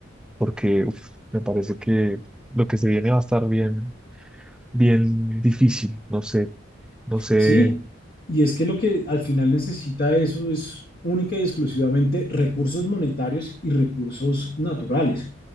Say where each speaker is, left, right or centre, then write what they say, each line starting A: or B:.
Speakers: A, in the centre; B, on the left.
A: porque uf, me parece que lo que se viene va a estar bien, bien difícil, no sé, no sé,
B: Sí, y es que lo que al final necesita eso es única y exclusivamente recursos monetarios y recursos naturales.